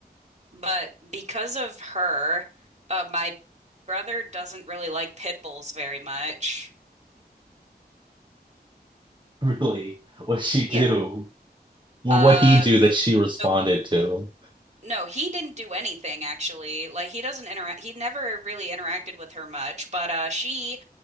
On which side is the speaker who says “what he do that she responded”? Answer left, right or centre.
Right